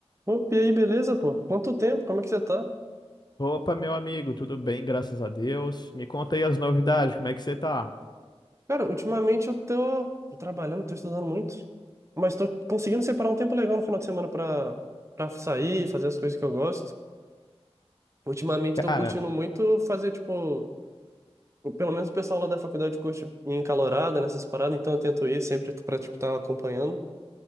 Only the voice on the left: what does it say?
Opa, meu amigo, tudo bem, graças a Deus. Me conta aí as novidades, como é que você tá?
Cara,